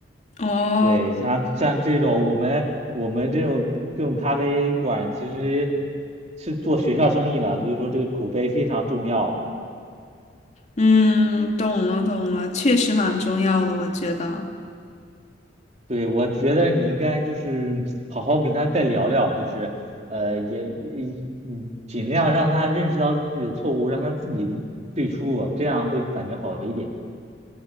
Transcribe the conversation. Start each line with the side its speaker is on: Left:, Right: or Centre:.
Left: 哦，
Right: 对，像像这种我们我们这种这种咖啡馆其实是做学校生意的，所以说这个口碑非常重要啊。
Left: 嗯，懂了懂了，确实蛮重要的，我觉得。
Right: 对，我觉得你应该就是好好跟他再聊聊，就是呃，也也嗯，尽量让他认识到自己的错误，让他自己退出啊，这样会感觉好一点。